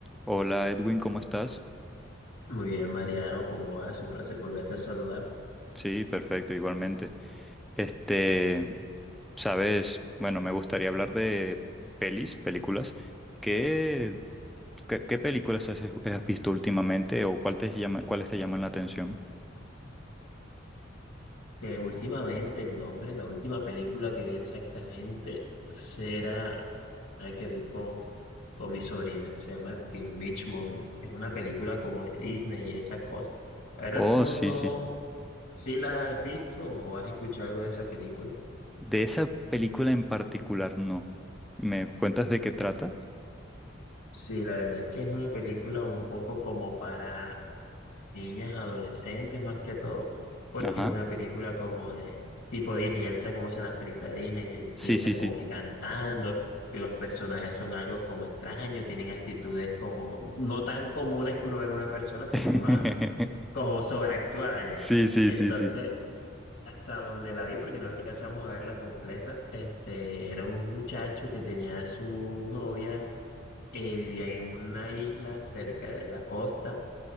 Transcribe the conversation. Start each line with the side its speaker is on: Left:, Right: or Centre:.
Centre: Hola Edwin, ¿cómo estás?
Left: Muy bien, Mariano, ¿cómo vas? Un placer volverte a saludar.
Centre: Sí, perfecto, igualmente. Este, sabes, bueno, me gustaría hablar de pelis, películas. ¿Qué, qué, qué películas has, has visto últimamente o cuál te llama, cuáles te llaman la atención?
Left: Te- últimamente el nombre, la última película que vi exactamente será una que vi con, con mi sobrina. Se llama Teen Beach Movie. Es una película como de Disney y esas cosas. La verdad
Centre: Oh,
Left: es no,
Centre: sí,
Left: no,
Centre: sí.
Left: si la has visto o has escuchado algo de esa película.
Centre: De esa película en particular, no. ¿Me cuentas de qué trata?
Left: Sí, la verdad es que es una película un poco como para niñas, adolescentes más que todo, porque
Centre: Ajá.
Left: es una película como de tipo Disney, ya tú sabes cómo son las películas de Disney, que empiezan
Centre: Sí, sí,
Left: como
Centre: sí.
Left: que cantando, que los personajes son algo como extraños, tienen actitudes como no tan comunes que uno ve en una persona, sino
Centre: <laughs>
Left: más como sobreactuada ya.
Centre: Sí, sí,
Left: Entonces,
Centre: sí, sí.
Left: hasta donde la vi, porque no alcanzamos a verla completa, este, era un muchacho que tenía a su novia, eh, vivía en una isla cerca de la costa